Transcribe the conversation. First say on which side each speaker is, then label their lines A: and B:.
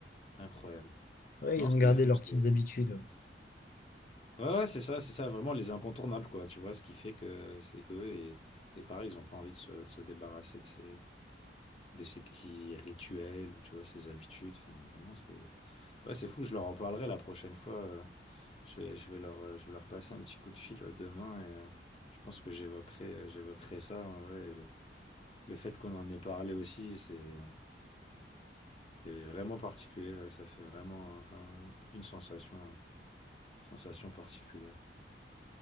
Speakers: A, on the left; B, on the left.
A: incroyable.
B: Ouais,
A: Non,
B: ils
A: c'était
B: ont gardé
A: fou,
B: leurs
A: c'était...
B: petites habitudes. Ouais.
A: Ouais, ouais, c'est ça, c'est ça, vraiment les incontournables, quoi, tu vois, ce qui fait que c'est eux, et, et pareil, ils n'ont pas envie de se, de se débarrasser de ces, de ces petits rituels, ou tu vois, ces habitudes, enfin, vraiment, c'est... Ouais, c'est fou, je leur en parlerai la prochaine fois. euh, Je vais, je vais leur, euh, je vais leur passer un petit coup de fil euh, demain et euh, je pense que j'évoquerai, euh, j'évoquerai ça. en vrai, et le, le fait qu'on en ait parlé aussi, c'est, c'est vraiment particulier. ouais, ça fait vraiment un- un- une sensation, euh, sensation particulière.